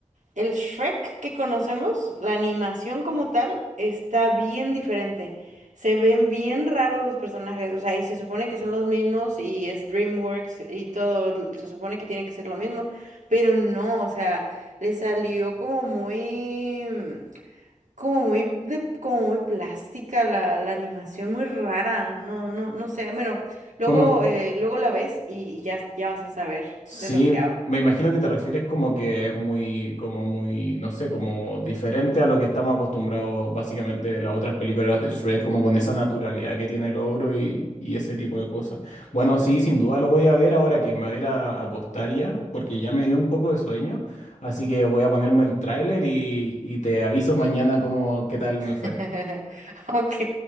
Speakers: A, on the right; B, on the left.
A: El Shrek que conocemos, la animación como tal, está bien diferente. Se ven bien raros los personajes, o sea, y se supone que son los mismos y es DreamWorks y todo, l- se supone que tiene que ser lo mismo, pero no, o sea, le salió como muy, mm, como muy, de, como muy plástica la, la animación, muy rara, no, no, no sé, bueno, luego,
B: Como
A: eh, luego la ves y, y ya, ya vas a saber
B: Sí,
A: de lo que hablo.
B: me imagino que te refieres como que es muy, como muy, no sé, como diferente a lo que estamos acostumbrados básicamente de las otras películas de Shrek, como con esa naturalidad que tiene el ogro y, y ese tipo de cosas. Bueno, sí, sin duda lo voy a ver ahora que me voy a ir a acostar ya, porque ya me dio un poco de sueño, así que voy a ponerme el tráiler y, y te aviso mañana cómo, qué tal me fue.
A: <laughs> Ok,